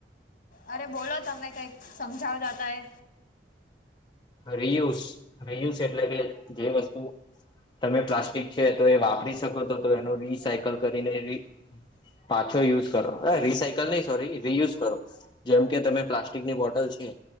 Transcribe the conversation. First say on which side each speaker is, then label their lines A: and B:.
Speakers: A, on the left; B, on the left.
A: અરે બોલો તમે કઈક સમજાવતાતા એ.
B: રિયુસ રિયુસ એટલે કે જે વસ્તુ તમે પ્લાસ્ટિક છે તો એ વાપરી શકો તો તો એનું રિસાયકલ કરીને રી પાછો યુઝ કરો રીસાયકલ નહી સોરી રિયુઝ કરો. જેમ કે તમે પ્લાસ્ટિકની બોટલ છે